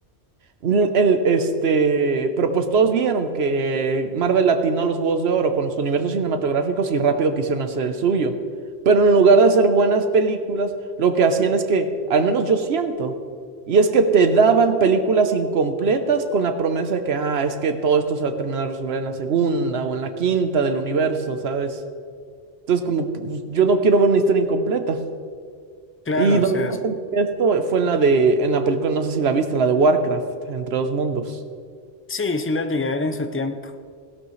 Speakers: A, on the right; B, on the left.
A: L- El, este, pero pues todos vieron que Marvel atinó a los Juegos de Oro con los universos cinematográficos y rápido quisieron hacer el suyo. Pero en lugar de hacer buenas películas, lo que hacían es que, al menos yo siento, y es que te daban películas incompletas con la promesa de que, ah, es que todo esto se va a terminar de resolver en la segunda o en la quinta del universo, ¿sabes? Entonces, como pues, yo no quiero ver una historia incompleta.
B: claro,
A: Y donde
B: o sea,
A: más
B: es-
A: sentí esto fue en la de, en la película, no sé si la viste, la de Warcraft, Entre dos mundos.
B: sí, sí las llegué a ver en su tiempo.